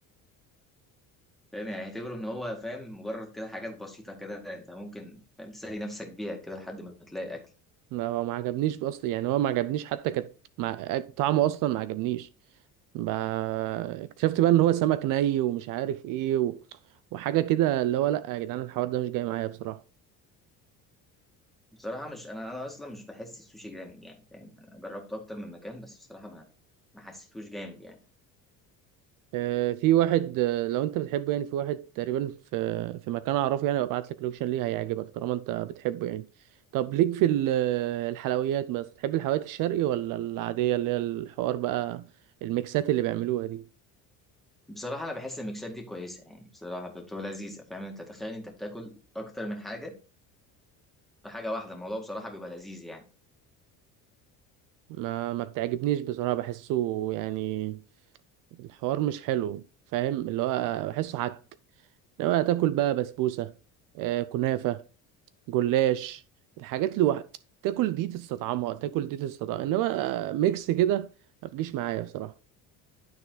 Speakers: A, in the centre; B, on the right.
A: فاهم يعني اعتبره ان هو فاهم مجرد كده حاجات بسيطه كده انت ممكن فاهم تسالي نفسك بيها كده لحد ما تلاقي اكل
B: ما هو ما عجبنيش اصلا يعني هو ما عجبنيش حتى كانت مع... طعمه اصلا ما عجبنيش ب... اكتشفت بقى ان هو سمك ني ومش عارف ايه و... وحاجه كده اللي هو لا يا جدعان الحوار ده مش جاي معايا بصراحه
A: بصراحه مش انا انا اصلا مش بحس السوشي جامد يعني فاهم انا جربته اكتر من مكان بس بصراحه ما ما حسيتوش جامد يعني
B: آه، في واحد آه، لو انت بتحبه يعني في واحد تقريبا في في مكان اعرفه يعني ببعت لك لوكيشن ليه هيعجبك طالما انت بتحبه يعني طب ليك في ال- الحلويات بس تحب الحلويات الشرقي ولا العاديه اللي هي الحوار بقى الميكسات اللي بيعملوها دي
A: بصراحة أنا بحس الميكسات دي كويسة يعني بصراحة بتبقى لذيذة فاهم أنت تخيل أنت بتاكل أكتر من حاجة في حاجة واحدة الموضوع بصراحة بيبقى لذيذ يعني
B: ما ما بتعجبنيش بصراحة بحسه يعني الحوار مش حلو فاهم اللي هو بحسه حك انما تاكل بقى بسبوسه آه كنافه جلاش الحاجات اللي وح... تاكل دي تستطعمها تاكل دي تستطعمها انما ميكس كده ما بتجيش معايا بصراحه